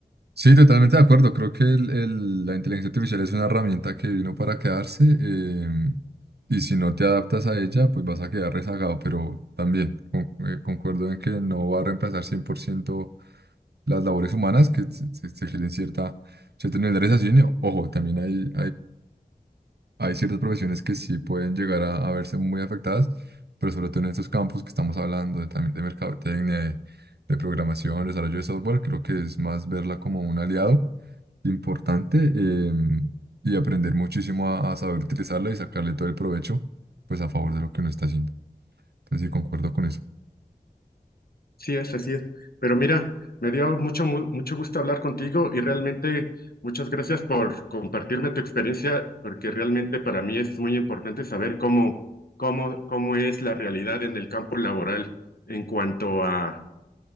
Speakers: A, on the right; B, on the left.
A: Sí, totalmente de acuerdo. Creo que el- el- la inteligencia artificial es una herramienta que vino para quedarse em, y si no te adaptas a ella, pues vas a quedar rezagado. Pero también con- eh, concuerdo en que no va a reemplazar 100% las labores humanas que se, se- se requieren cierta, cierto nivel de realización. Y, ojo, también hay, hay ciertas profesiones que sí pueden llegar a, a verse muy afectadas, pero sobre todo en estos campos que estamos hablando, de, también de mercadotecnia, de, de programación, desarrollo de software, creo que es más verla como un aliado importante em, y aprender muchísimo a, a saber utilizarla y sacarle todo el provecho, pues a favor de lo que uno está haciendo. Entonces sí, concuerdo con eso.
B: Sí es, así es. Pero mira, me dio mucho, mu- mucho gusto hablar contigo y realmente muchas gracias por compartirme tu experiencia, porque realmente para mí es muy importante saber cómo, cómo, cómo es la realidad en el campo laboral en cuanto a,